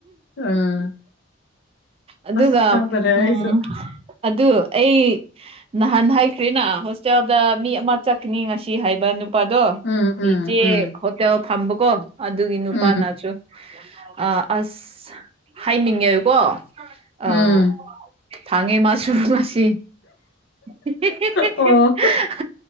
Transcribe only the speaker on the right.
ꯑꯗꯨꯒꯥ
ꯎꯝ
ꯑꯗꯨ ꯑꯩ ꯅꯍꯥꯟ ꯍꯥꯏꯈ꯭ꯔꯦꯅꯥ ꯍꯣꯁꯇꯦꯜꯗꯥ ꯃꯤ ꯑꯃ ꯆꯠꯀꯅꯤ ꯉꯁꯤ ꯍꯥꯏꯕ ꯅꯨꯄꯥꯗꯣ
ꯆꯦ
ꯍꯣꯇꯦꯜ ꯐꯝꯕꯀꯣ ꯑꯗꯨꯒꯤ ꯅꯨꯄꯥꯅ
ꯁꯨ ꯑꯥꯑ ꯑꯥꯁ ꯍꯥꯏꯅꯤꯡꯉꯦꯀꯣ ꯑꯥ
ꯊꯥꯡꯉꯦ ꯃꯥꯁꯨ ꯉꯁꯤ <unintelligible>